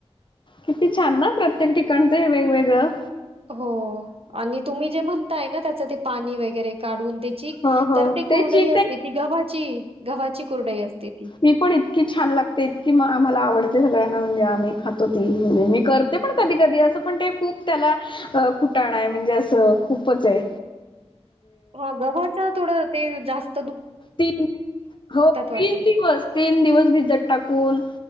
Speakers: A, on the left; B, on the right.
A: किती छान ना प्रत्येक ठिकाणी कणचं वेगवेगळ
B: हो आणि तुम्ही जे म्हणताय ना त्याच ते पाणी वगैरे काढून त्याची
A: ह ह
B: तर ती
A: तेची
B: कुरडई असते ती गव्हाची, गव्हाची कुरडई असते
A: ती पण इतकी छान लागते इतकी आम्हाला आवडते सगळ्यांना म्हण आम्ही खातो, ती म्हंजे मी करते पण कधी कधी अस पण, ते खूप त्याला कुटाणा आहे म्हणजे अस खूपच ये.
B: ह गव्हा थोडा वेळ ते जास
A: तीन हो
B: वाटतं
A: तीन दिवस
B: ते.
A: तीन दिवस भिजत टाकून